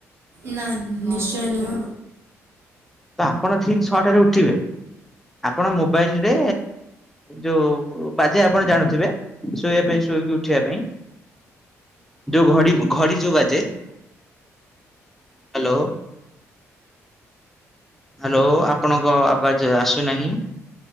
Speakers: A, on the right; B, in the centre.
A: ନା ନିଶ୍ଚୟ ନୁହଁ।
B: ତ ଆପଣ ଠିକ ଛଅଟରେ ଉଠିବେ। ଆପଣ ମୋବାଇଲ ରେ ଯୋଉ ବାଜେ ଆପଣ ଜାଣୁଥିବେ ଶୋଇବା ପାଇଁ ଉଠିବା ପାଇଁ ଯୋଉ ଘଡ଼ି ଘଡି ଯୋଉ ବାଜେ ହ୍ୟାଲୋ ହ୍ୟାଲୋ ଆପଣଙ୍କ ଆବାଜ ଆସୁନାହିଁ।